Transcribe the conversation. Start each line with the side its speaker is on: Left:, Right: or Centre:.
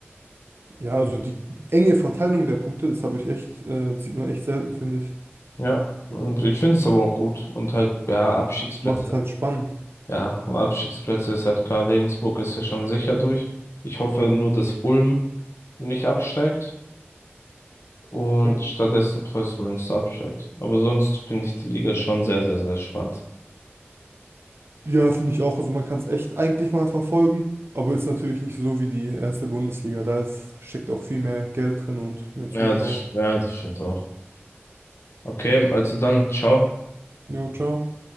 Right: ja, also die enge Verteilung der Punkte, das habe ich echt, äh, das sieht man echt selten, finde ich.
Left: Ja, und ich finde es aber auch gut. Und halt, ja, Abstiegsplätze.
Right: Macht's halt spannend.
Left: Ja, und Abstiegsplätze ist halt klar. Regensburg ist ja schon sicher durch. Ich hoffe nur, dass Ulm nicht absteigt und
Right: Ja,
Left: stattdessen Preußen Münster absteigt. Aber sonst finde ich die Liga schon sehr, sehr, sehr spannend.
Right: ja finde ich auch. Also man kann es echt eigentlich mal verfolgen, aber ist natürlich nicht so wie die erste Bundesliga. Da ist, steckt auch viel mehr Geld drin und mehr
Left: Ja,
Right: Zuschauer.
Left: das, ja, das stimmt auch. Okay, also dann, ciao.
Right: Jo, ciao.